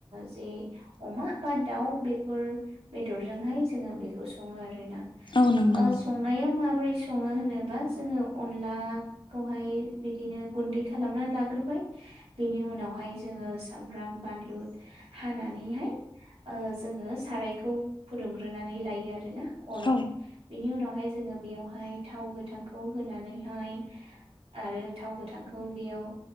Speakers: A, on the right; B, on the left.
A: जे अमा बा दाउ बेफोर बेदरजोंहाय जोङो बेखौ सङो आरो ना
B: औ नंगौ
A: ओ
B: नंगौ
A: संनायाव माबोरै ओ सङो होनोबा जोङो अनलाखौहाय बिदिनो गुन्दै खालामनानै लाग्रोबाय। बेनि उनावहाय जोङो सामब्राम बानलु हानानैहाय जोङो सारायखौ फुदुंग्रोनानै लायो आरोना अराव
B: औ
A: बिनि उनावहाय जोङो बेयावहाय थाव गोथांखौ होनानैहाय आरो थाव गोथांखौ बेयाव